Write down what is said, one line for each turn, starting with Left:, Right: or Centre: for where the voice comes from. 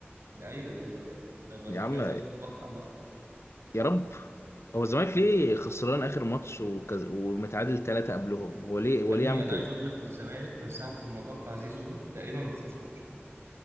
Right: ايوه دي دي ده
Left: يا
Right: ده
Left: عم
Right: كده الزمالك في فتره عامه
Left: يا رب هو الزمالك ليه خسران اخر ماتش وكز... ومتعادل ثلاثه قبلهم هو ليه
Right: يا
Left: هو
Right: ابني
Left: ليه يعمل
Right: انا
Left: كده
Right: عايز اقول لك الزمالك من ساعه الموضوع بتاع زيزو ده تقريبا ما كسبش ماتش